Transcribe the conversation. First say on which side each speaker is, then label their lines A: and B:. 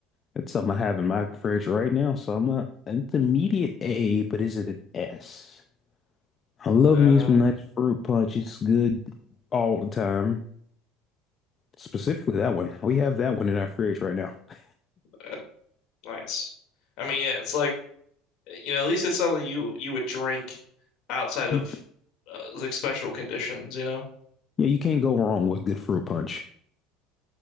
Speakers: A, on the left; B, on the left.
A: That's something I have in my fridge right now, so I'm not intermediate A, but is it an S? I love
B: Uh,
A: me some nice fruit punch. It's good all the time. Specifically that one. We have that one in our fridge right now. <laughs>
B: uh, nice. I mean, yeah, it's like you know, at least it's something you you would drink outside
A: You
B: of uh, like special conditions. You know,
A: yeah, you can't go wrong with good fruit punch.